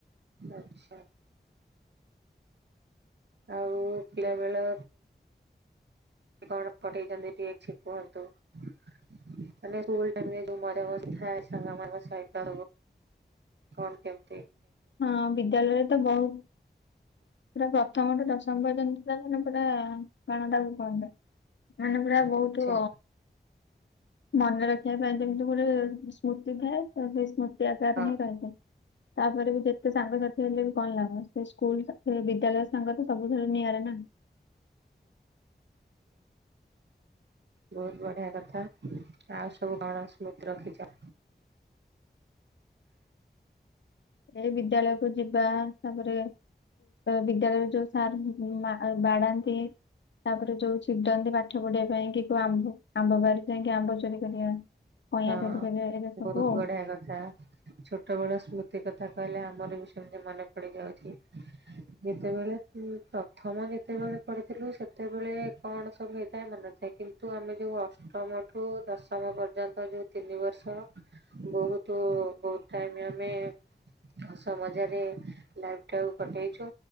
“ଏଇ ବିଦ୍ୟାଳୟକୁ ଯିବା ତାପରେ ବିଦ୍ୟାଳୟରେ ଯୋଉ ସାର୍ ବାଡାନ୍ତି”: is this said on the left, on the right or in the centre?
Left